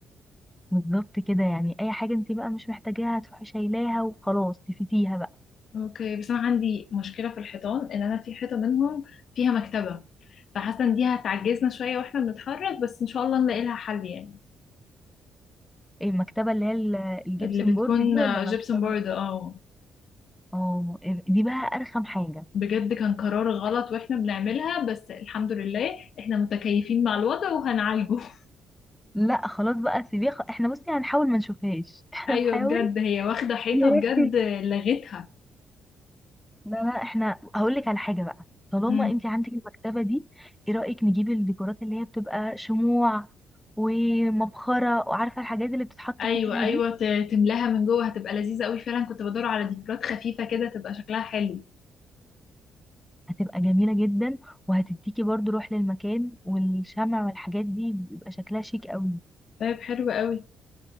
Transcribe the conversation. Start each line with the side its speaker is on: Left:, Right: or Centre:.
Centre: بالظبط كده يعني اي حاجه انت بقى مش محتاجاها هتروحي شايلاها وخلاص تفيتيها بقى
Left: اوكي بس انا عندي مشكلة في الحيطان ان انا في حيطة منهم فيها مكتبة فحاسة ان دي هتعجزنا شوية واحنا بنتحرك بس ان شاء الله نلاقي لها حل يعني
Centre: ايه المكتبه اللي هي ال- الجبسن
Left: اللي بتكون
Centre: بورد دي ولا
Left: آه،
Centre: مكتبه
Left: جبسن بورد اه
Centre: اه إيه، دي بقى ارخم حاجه
Left: بجد كان قرار غلط واحنا بنعملها بس الحمد لله احنا متكيفين مع الوضع وهنعالجه <laughs>
Centre: لا خلاص بقى سيبيه خ- احنا بصي هنحاول ما نشوفهاش <laughs> احنا
Left: ايوه
Centre: نحاول
Left: بجد هي واخده حيطه
Centre: نركز
Left: بجد لغتها
Centre: لا لا احنا هقول لك على حاجه بقى طالما
Left: امم
Centre: انت عندك المكتبه دي ايه رايك نجيب الديكورات اللي هي بتبقى شموع ومبخره وعارفه الحاجات اللي بتتحط
Left: ايوه
Centre: فيها
Left: ايوه
Centre: دي
Left: ت- تملاها من جوه هتبقى لذيذه قوي فعلا كنت بدور على ديكورات خفيفه كده تبقى شكلها حلو
Centre: هتبقى جميله جدا وهتديكي برضو روح للمكان والشمع والحاجات دي بيبقى شكلها شيك قوي
Left: طيب حلو قوي